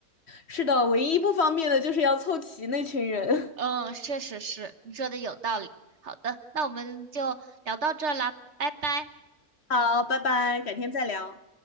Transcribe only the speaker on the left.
是的，唯一不方便的就是要凑齐那群人。
<laughs> 好，拜拜，改天再聊。